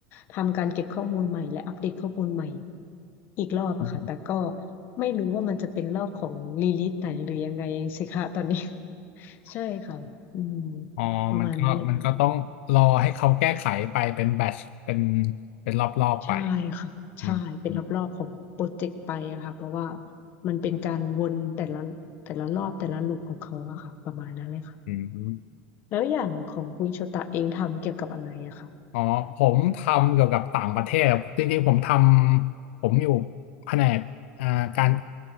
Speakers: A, on the left (about 30°); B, on the left (about 70°).
A: ทำการเก็บข้อมูลใหม่และอัปเดตข้อมูลใหม่อีกรอบอะค่ะแต่ก็
B: อืม
A: ไม่รู้ว่ามันจะเป็นรอบของรีลิสไหนหรือยังไงสิคะตอนนี้ <laughs> ใช่ค่ะอืม
B: อ๋อมันก็มันก็ต้องรอให้เขาแก้ไขไปเป็นแบทช์เป็น
A: ประมาณนั้นเลยค่ะ
B: เป็นรอบๆไป
A: ใช่ค่ะใช่เป็นรอบๆของโปรเจกต์ไปอะค่ะเพราะว่า
B: อืมอืม
A: มันเป็นการวนแต่ละแต่ละรอบแต่ละลูปของเขาอะค่ะประมาณนั้นเลยค่ะ
B: อืม
A: แล้วอย่างของคุณโชตะเองทำเกี่ยวกับอะไรอะคะ
B: อ๋อผมทำเกี่ยวกับต่างประเทศครับจริงๆผมทำผมอยู่แผนกอ่าการ